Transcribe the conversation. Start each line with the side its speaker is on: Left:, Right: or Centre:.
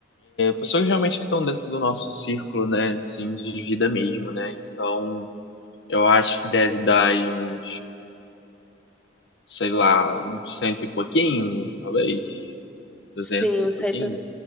Left: pessoas realmente que estão dentro do nosso círculo, né, assim, de vida mesmo, né? Então, eu acho que deve dar aí uns, sei lá, uns cento e pouquinho, talvez, duzentos
Centre: Sim, o
Left: e
Centre: cento,
Left: pouquinho.